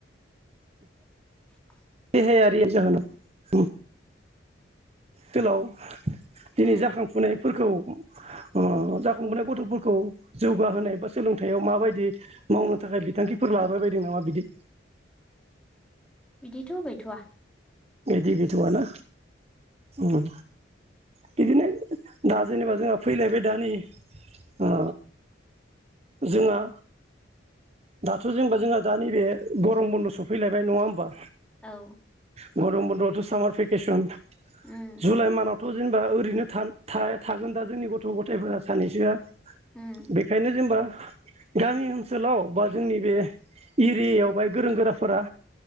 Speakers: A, in the centre; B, on the right.
A: <inaudible>
B: देहायारि जाहोनाव ओम आथिखालाव दिनै
A: उम
B: जाखांफुनाय फोरखौ ओ जाखांबोनाय गथ'फोरखौ जौगाहोनाय बा सोलोंथायाइयाव माबायदि मावनो थाखाय बिथांखिफोर लाबाय बायदों नामा बिदि?
A: बिदिथ' गैथ'आ।
B: बेदि गै थ'आ ना ओम। बिदिनो दा जेनेबा जोंहा फैलायबाय दानि ओ। जोंहा। दाथ' जेनेबा जोंहा दा नैबे गरम बन्द' सफैलायबाय नङा होमबा?
A: औ।
B: गरम बन्द'आवथ' सामार भेकेसन
A: उम
B: जुलाइ मानावथ' जेनेबा ओ रैनो थागोन दा जोंनि गथ' गथायफोरा सानैसोआ।
A: उम
B: बेखायनो जेनबा गामि ओनसोलाव बा जोंनि बे एरियावहाय गोरों-गोराफोरा